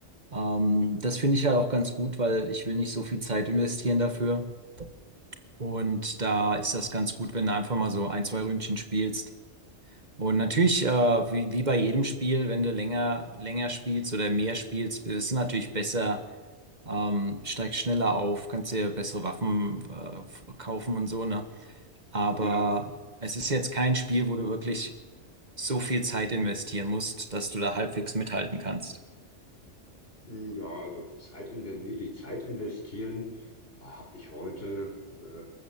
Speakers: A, on the right; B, on the left.
A: Ähm, das finde ich halt auch ganz gut, weil ich will nicht so viel Zeit investieren dafür. Und da ist das ganz gut, wenn du einfach mal so ein, zwei Ründchen spielst. Und natürlich, äh, wie, wie bei jedem Spiel, wenn du länger, länger spielst oder mehr spielst, ist es natürlich besser, ähm, steigst schneller auf, kannst dir bessere Waffen, äh, kaufen und so, ne? Aber
B: Ja.
A: es ist jetzt kein Spiel, wo du wirklich so viel Zeit investieren musst, dass du da halbwegs mithalten kannst.
B: Mm, Ja, also Zeit inve- wirklich Zeit investieren, habe ich heute äh,